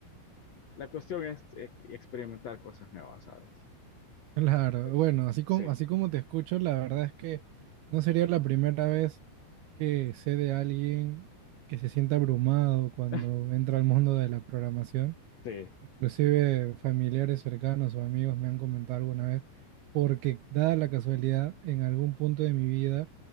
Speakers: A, on the left (about 80°); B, on the right (about 80°).
A: La cuestión es eh, experimentar cosas nuevas, ¿sabes?
B: Claro,
A: Entonces,
B: bueno, así
A: sí,
B: como, así como te escucho, la verdad es que no sería la primera vez que sé de alguien que se sienta abrumado cuando
A: <laughs>
B: entra al mundo de la programación.
A: sí,
B: Inclusive familiares cercanos o amigos me han comentado alguna vez, porque dada la casualidad, en algún punto de mi vida